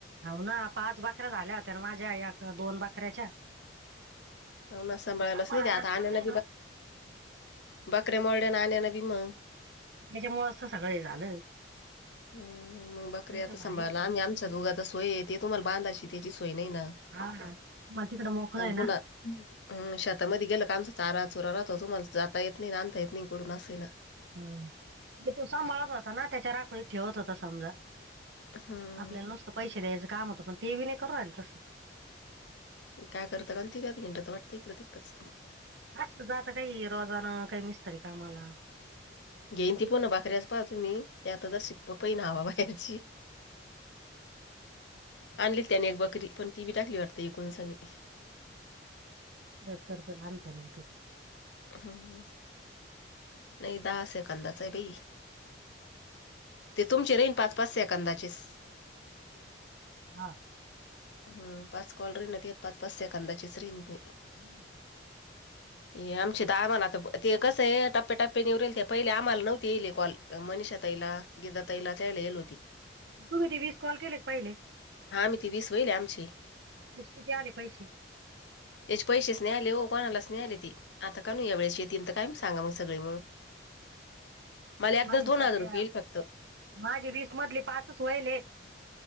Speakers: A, on the right; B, on the left.
A: हो ना पाच बाकऱ्या झाल्या होत्या माझ्या या दोन बाकऱ्याच्या.
B: हो ना, सभाळलच
A: पण सांभाळायलाच
B: नाही ते आता
A: कोण
B: अन्या
A: नाही
B: ना बकऱ्या हो ना अन्याना भीम मंग
A: त्याच्यामुळच त सगळ हे झालं.
B: हम्म मग बकऱ्या
A: नाही
B: आता
A: तर
B: सांभाळला
A: भारी
B: आम्ही आमच्या उगाच सोय येते तुम्हाला बांधाची ते बी सोय नाही ना
A: हा मग तिकडं मोकळ
B: मग
A: आहे ना
B: पुन्हा शेतामध्ये गेलो तर चारा -चुरा राहतो तुम्हाला जाता येत नाही अंता येत नाही. इकडून असं आहे ना.
A: हम्म तो सांभाळत होता ना त्याच्या राखोळीत ठेवत होता समजा
B: हम्म
A: आपल्याला नुसतं पैसे द्यायचं काम होतं पण ते नाही करू राले तसं
B: ते काय करत कानु ते वाटतं इडते वाटत हिकडं तिकडंच.
A: असंत जात आता काही रोजान काही मिस्तरी कामाला.
B: घेईन ती पूना भाकऱ्याच पाहा तुम्ही ते आता दरसिक पहिन हवा बाहेरची. आणली त्याने एक बकरी पण ती बी टाकली वाटते एकुन सनी. <unintelligible>
A: तेच करत आणता न विकित.
B: हम् नाही दहा सेकंदाच आहे बाई. ते तुमचे रईन पाच पाच या कांनदाचेस
A: हा
B: हम पाच कॉल रहिना ते, पाच पाच सेकंदाचीच राहिन ते.
A: <inaudible>
B: हे आमचे दहा आम्हाला आता ते कसं आहे, टप्प्या टप्प्याने ते पहिले आम्हाला नव्हते येले कॉल, मनीषा ताईला गेल गीता ताईला तैला येल होती.
A: तुम्ही ते वीस कॉल केले पहिले?
B: हा आम्ही ती वीस वहिले आमची
A: त्याचे किती आले पैसे?
B: त्याचे पैसेच नाही आले हो. कोणालाच नाही आले ते. आता का नू या वेळेशी येत काही सांगा मग सगळे मिळून. मला एकदाच
A: माझे
B: दोन
A: तर
B: हजार
A: ते
B: रुपये येईल फक्त
A: माझे वीस मधले पाचच वईलेत.